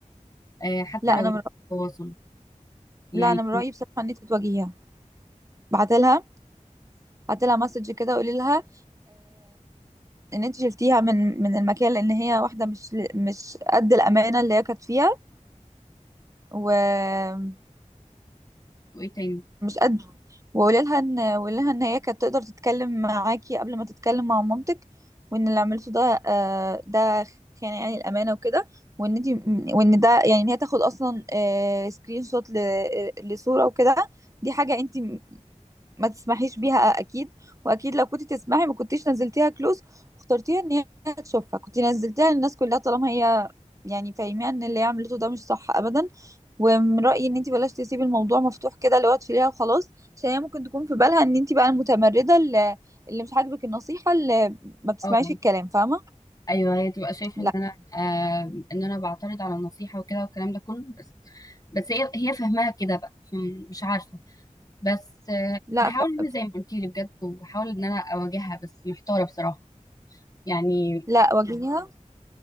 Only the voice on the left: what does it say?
آه، حتى
لو
ما
فيش
تواصل يعني
كان-
وايه تاني
اه
ايوه هي تبقى شايفه
ان انا آه ان انا بعترض على النصيحه وكده والكلام ده كله بس بس هي هي فاهماها كده بقى فم- مش عارفه بس آه
هحاول
ان أنا زي ما قلت لي بجد وهحاول ان انا اواجهها بس محتاره بصراحه يعني